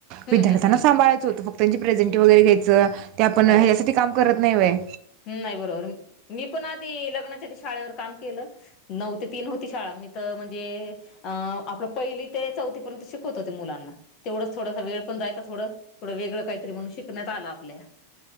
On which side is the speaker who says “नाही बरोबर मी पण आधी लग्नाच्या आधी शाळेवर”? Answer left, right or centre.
Left